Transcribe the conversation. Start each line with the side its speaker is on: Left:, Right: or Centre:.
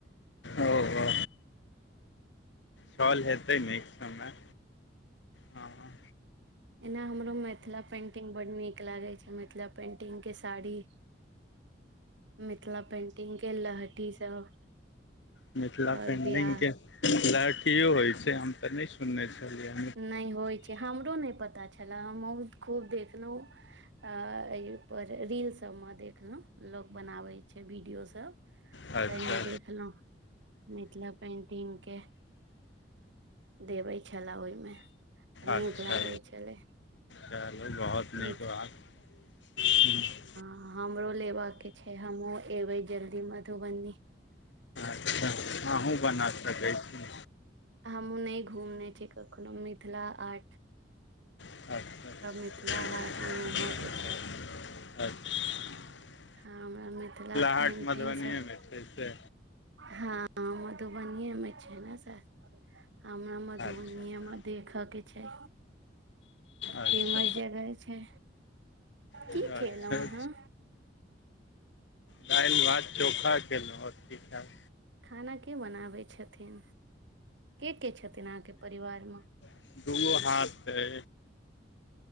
Left: ओ हो छल हेतै निक समय हँ हँ
Right: एना हमरो मैथला पेंटिंग बड नीक लागै छै। मैथला पेंटिंग के साड़ी मिथिला पेंटिंग के लहटी सब।
Left: मिथिला
Right: आओर
Left: पेंटिंग
Right: बियाह।
Left: के लहठियो होय छै हम तऽ नै सुनने छलिया
Right: नय होइ छै हमरो नय पता छै छले हम खूब देखलहुं पर रील सब मे देख देख लो लोग बनाबे छै वीडियो सब
Left: अच्छा
Right: तैहमे देखलहुँ मिथिला पेन्टिंग के देबै छलै ओहिमे तऽ
Left: अच्छा
Right: नीक लगैत छलै
Left: चलू बहुत नीक
Right: मिथ
Left: बात <inaudible> ह
Right: हँ हमरो लेबकऽ छै हमहूँ एबै जल्दी मधुबनी
Left: त अहुँ बना सकै छी
Right: हमहुँ नय घूमने छी कखनो मिथिला हार्ट
Left: <inaudible>
Right: मिथिला हाटमे
Left: अच्छाच्छा
Right: घूमयके छै
Left: अच्छा
Right: हँ हमरा मिथिला
Left: हाट
Right: पेन्टिंगसभ
Left: मधुबनिएमे छै से
Right: हँ मधुबनीे मे छै ने सर हमरा मधुबनीे
Left: अच्छा
Right: मे देखऽ के छै
Left: अच्छा
Right: फेमस जगह छै
Left: अच्छा
Right: की खेलहु
Left: अच्छा
Right: अहाँ
Left: दाल भात चोखा खेलो और की खैब
Right: खाना के बनाबै छथिन के के छथिन अहाँके परिवार म
Left: <inaudible> दो हाथ यै